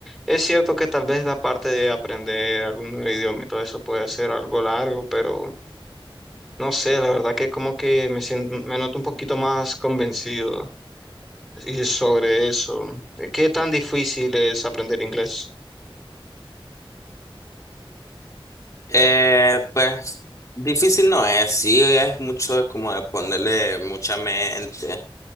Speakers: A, in the centre; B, on the left.
A: Es cierto que tal vez la parte de aprender algún nuevo idioma y todo eso puede ser algo largo, pero no sé, la verdad que como que me siento, me noto un poquito más convencido y sobre eso. ¿Qué tan difícil es aprender inglés?
B: Eh, pues difícil no es, sí, es mucho como de ponerle mucha mente,